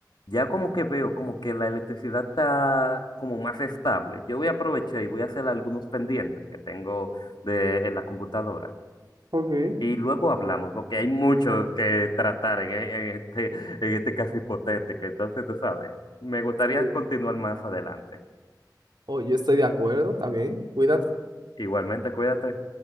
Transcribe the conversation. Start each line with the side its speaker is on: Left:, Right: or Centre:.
Left: ya como que veo como que la electricidad está como más estable. Yo voy a aprovechar y voy a hacer algunos pendientes que tengo de, en la computadora.
Right: Ok.
Left: Y luego hablamos, porque hay mucho que tratar en, e- en este, en este caso hipotético. Entonces, tú sabes, me gustaría
Right: Sí.
Left: continuar más adelante.
Right: oh, yo estoy de acuerdo también. Cuídate.
Left: Igualmente, cuídate.